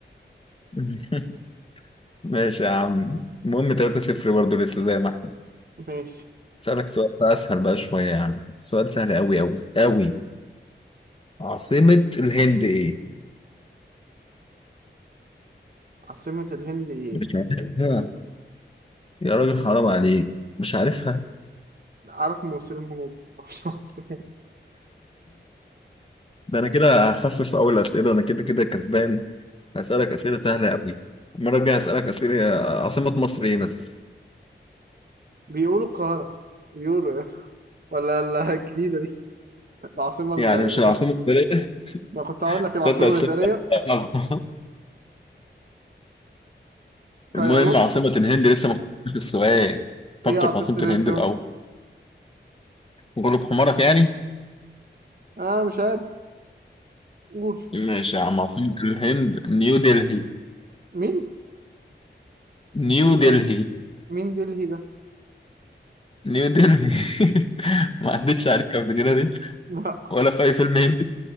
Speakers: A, on the left; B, on the right.
A: <laughs> ماشي يا عم المهم 3-0 برضه لسه زي ما احنا
B: ماشي
A: اسالك سؤال بقى اسهل بقى شويه يا عم سؤال سهل قوي قوي قوي عاصمه الهند ايه
B: عاصمة الهند ايه؟
A: مش عارفها يا راجل حرام عليك مش عارفها
B: عارف مصريين هنود <laughs> معرفش العاصمة
A: ده انا كده هخفف اول اسئله انا كده كده كسبان هسالك اسئله سهله قوي المره الجايه هسالك اسئله عاصمه مصر ايه مثلا
B: بيقولوا القاهرة بيقولوا يعني. ولا ال- الجديدة دي العاصمة الإدارية
A: يعني مش العاصمه الاداريه
B: ما كنت هقول لك العاصمة
A: تصدق
B: الإدارية
A: تصدق <laughs> المهم
B: غيروه
A: عاصمه الهند لسه ما فكرتش في السؤال فكر
B: إيه عاصمة
A: في عاصمه
B: الهند
A: الهند
B: بقى؟
A: الاول غلب حمارك يعني
B: أنا مش عارف قول
A: ماشي يا عم عاصمه الهند نيو دلهي
B: مين؟
A: نيو
B: مين
A: دلهي
B: مين دلهي ده؟
A: نيو دلهي <laughs> ما عدتش عليك قبل كده دي
B: لا
A: ولا في اي فيلم هندي